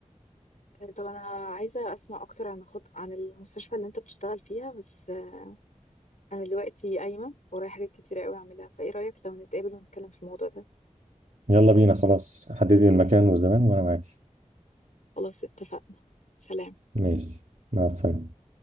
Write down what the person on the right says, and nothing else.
يلا بينا خلاص حددي المكان والزمان وانا معاكي
ماشي مع السلامه